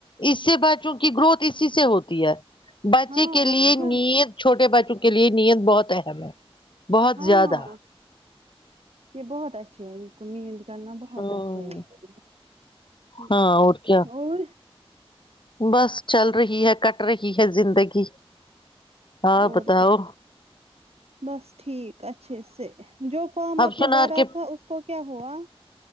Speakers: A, on the left; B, on the right.
A: اس سے بچوں کی گروتھ اسی سے ہوتی ہے بچے
B: ہاں
A: کے لیے
B: اور کیا
A: نید چھوٹے بچے کے لیے نیت بہت اہم ہے بہت
B: ہاں
A: زیادہ
B: یہ بہت اچھے ہیں ان کو نیند کرنا بہت
A: ہوں
B: اچھے ہیں
A: ہاں اور کیا
B: اور
A: بس چل رہی ہے کٹ رہی ہے زندگی ہاں
B: اور
A: بتاؤ
B: کیا بس ٹھیک اچھے سے جو فارم اپنے
A: اب سنار
B: بھرا
A: کے
B: تھا اس کو کیا ہوا